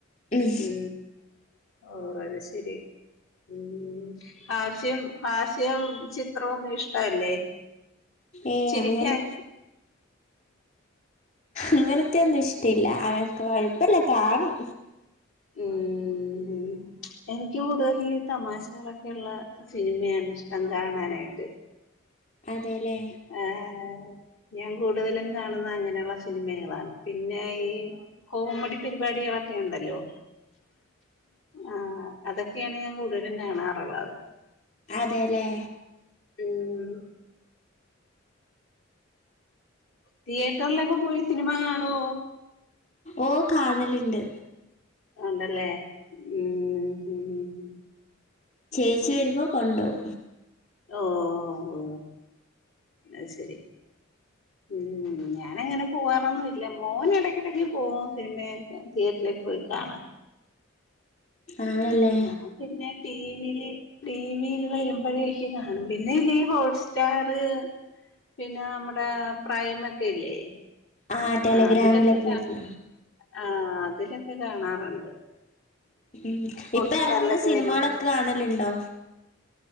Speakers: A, on the left (about 40°); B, on the left (about 70°).
A: ഉം
B: ഉ ഓ അത് ശരി ഉം ഹാസ്യം ഹാസ്യം ചിത്രമൊന്നും ഇഷ്ടല്ലേ
A: ഏയ്
B: ചിരിക്കാൻ
A: അങ്ങനെ അങ്ങനത്തെെയ ഒന്നും ഇഷ്ടയില്ല അനക്കെ കൊഴപ്പല്ല കാണും
B: ഉം എനിക്ക് കൂടുതൽ ഈ തമാശകളൊക്കെയുള്ള സിനിമയാണ് ഇഷ്ടം കാണാനായിട്ട്
A: അതെല്ലേ
B: ആഹ് ഞാൻ കൂടുതലും കാണുന്ന അങ്ങനെയുള്ള സിനിമകളാണ് പിന്നെ ഈ കോമഡി പരിപാടികളൊക്കെ ക്ക ഉണ്ടല്ലോ ആ അതൊക്കെയാണ് ഞാൻ കൂടുതലും കാണാറുള്ളത്
A: അതെല്ലേ
B: ഉം തിയേറ്ററിലൊക്കെ പോയി സിനിമ കാണുവോ
A: ഓ കാനലുണ്ട്
B: ണ്ടല്ലേ ഉം ഉ
A: ചേച്ച വരുമ്പോൾ കൊണ്ടോക
B: ഓ ഓ അ ശരി ഉം ഞാന അങ്ങനെ പോവാറൊന്നുമല്ല മോന ഇടക്കിടക്ക് പോക സിനിമയെ തിയേറ്റർ പോയി കാണാം
A: ആണല്ലേ
B: ആ പിന്നെ ടി വി ടിവിയിൽ വരുമ്പോഴേക്ക് കാണും പിന്നെ ഇല്ല ഈ ഹോട്ട്സ്റ്റാർ പിന്നെ നമ്മടെ പ്രൈമ ഒക്കെല്ലേ
A: ആഹ് ടെലഗ്രാമിലൊക്കെ
B: ആ അതിലൊക്കെ
A: വരുന്ന
B: ആ അതിലൊക്കെ കാണാറുണ്ട്
A: ഉം
B: ഹോട്ട്സ്റ്റാറിലൊക്കെ
A: ഇപ്പൊ എറങ്ങുന്ന സിനിമാളൊക്കെ
B: വരുമ്പോ
A: കാണലുണ്ടോ?